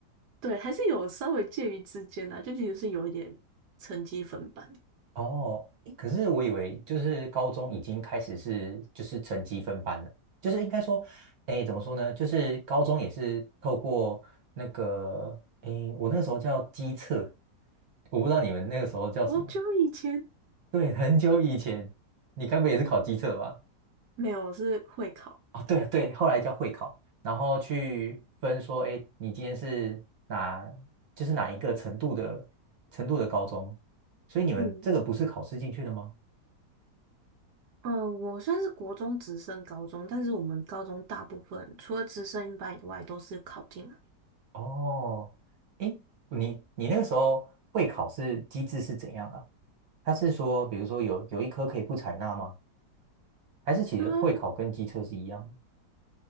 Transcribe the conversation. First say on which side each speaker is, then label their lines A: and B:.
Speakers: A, on the right (about 80°); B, on the right (about 65°).
A: 对，还是有稍微介于之间的就其实是有一点成绩分班。
B: 哦，诶可是我以为就是高中已经开始是就是成绩分班了，就是应该说，哎，怎么说呢？就是高中也是透过那个，哎，我那个时候叫机测，我不知道你们那个时候叫什么。
A: 好久以前
B: 对，很久以前，你该不会也是考机测吧？
A: 没有，我是会考。
B: 哦，对对，后来叫会考，然后去分说，哎，你今天是哪，就是哪一个程度的程度的高中，所以你们这个不是考试进去的吗？
A: 嗯嗯，呃我算是国中直升高中，但是我们高中大部分除了直升班以外都是考进来。
B: 哦，诶，你你那个时候会考是机制是怎样啊？他是说，比如说有有一科可以不采纳吗？还是其实会考跟机测是一样的
A: 啊。